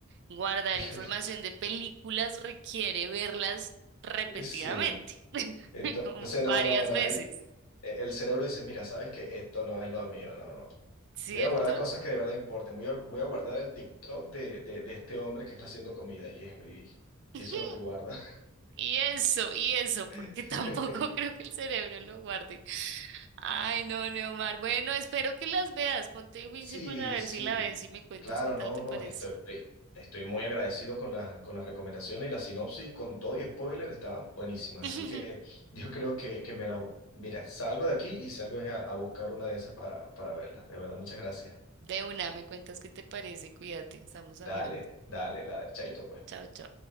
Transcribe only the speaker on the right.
guardar
información de películas requiere verlas repetidamente,
<laughs>
como varias
veces,
¿cierto?
<laughs>
Ujú.
Y eso, y eso, porque
tampoco <laughs> creo que el cerebro lo guarde. Ay, no, Neomar. Bueno, espero que las veas. Ponte juicio
para ver
si la ves y me cuentas
qué tal
te
parece.
<laughs>
De una, me cuentas qué te parece, cuídate, estamos hablando.
Chao, chao.